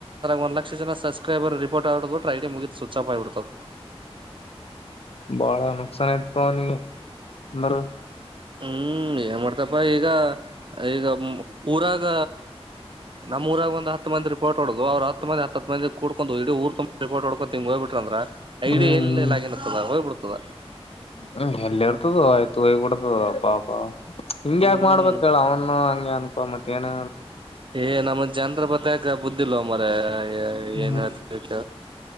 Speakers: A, on the right; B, on the left.
A: ಒಂದ ಲಕ್ಷ ಜ ಸಬ್ಕ್ರೈಬರ್ ರಿೋರ್ಟ್ ಆಡ ಬಿ್ರ ಡಿ ಮುಗಿದ್ ಸ್ವಿಚ್ ಆಫ್ ಆಗಿಬಡ್ತದೆ.
B: ಬಾಳ ನುಕ್ಸನ್ ಆಯ್ತ್ ಅವನ ಅಂದ್ರ.
A: ಹ್ಮ್ ಏನ್ ಮಾಡ್ತಪ ಈಗ ಈಗ ಪೂರಾಗ. ನಮ್ಮ ಊರಾಗ ಒಂದ ಹಂದ ರಿಪೋಟ್ ಹೊಡೋದು ಅವ್ ಹ ಮಂದ ಹಂದ ಕುಕು ಇಡೀ ಊ ತು ಪೋರ್ಟ್ಡ್ಕೊಂಡುಂಗ ಹೋಗ್ ಬಿಟ್ರ
B: ಹ್ಮ್
A: ಐಡಿ ಯ ಎಲ್ಲಲ್ಲಾಗಿನತ್ತದ
B: ಹ್ಮ್
A: ಹೋಗ್ಬಿಡ್ತದ.
B: ಹ್ಮ್ ಎಲ್ಲಿ ಇರ್ತದ ಆಯ್ತು ಹೋಗ ಕುಡ್ತದ ಅಪ್ಪಾಪಾ ಹಿಂಗ
A: ಹ್ಮ್
B: ಯಾಕ ಮಾಡ್ಬೇಕ ಹೇಳ ಅವನು ಹ. ಅನುಪ ಮತ್ತೆೇನ.
A: ಏ ನಮ್ಮ ಜನನ್ರ ಬತಕ ಬುದ್ದಿಲ್ವ ಮರ
B: ಹ್ಮ್
A: ಏನ್ ಹತ.